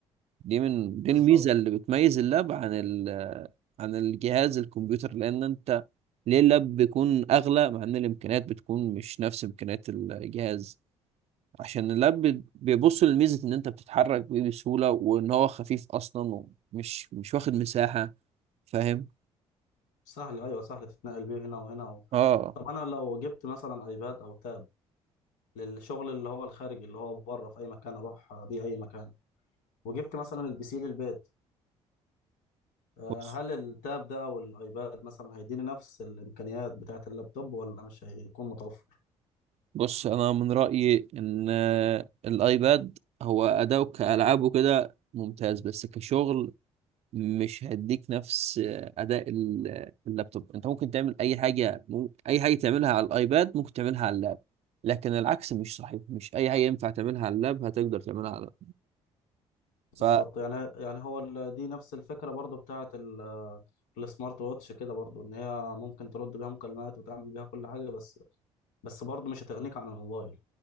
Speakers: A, on the right (about 60°); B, on the left (about 85°).
A: دي من دي
B: بالظبط
A: الميزه اللي بتميز اللاب عن ال عن الجهاز الكمبيوتر لان انت ليه اللاب بيكون اغلى مع ان الامكانيات بتكون مش نفس امكانيات الجهاز عشان اللاب بي- بيبص لميزه ان انت بتتحرك بيه بسهوله وان هو خفيف اصلا ومش مش واخد مساحه فاهم
B: سهل ايوه سهل تتنقل بيه هنا وهنا و...
A: اه
B: طب انا لو جبت مثلا ايباد او تاب للشغل اللي هو الخارجي اللي هو بره في اي مكان اروح بيه اي مكان وجبت مثلا البي سي للبيت آه،
A: بص
B: هل التاب ده او الايباد مثلا هيديني نفس الامكانيات بتاعه اللابتوب ولا مش هيكون متوفر
A: بص انا من رايي ان آه، الايباد هو اداؤه كالعاب وكده ممتاز بس كشغل مش هيديك نفس اداء ال- اللابتوب انت ممكن تعمل اي حاجه مم- اي حاجه تعملها على الايباد ممكن تعملها على اللاب لكن العكس مش صحيح مش اي حاجه ينفع تعملها على اللاب هتقدر تعملها على اللاب. ف
B: بالظبط يعني يعني هو ال- دي نفس الفكره برضو بتاعه السمارت ووتش كده برضو ان هي ممكن ترد بيها مكالمات وتعمل بيها كل حاجه بس بس برضو مش هتغنيك عن الموبايل